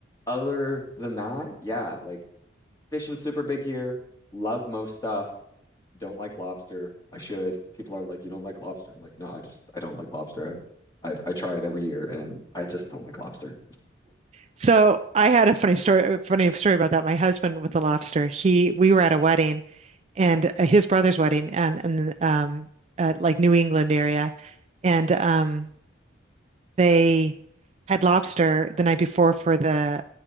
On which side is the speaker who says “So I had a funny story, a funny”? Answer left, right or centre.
Right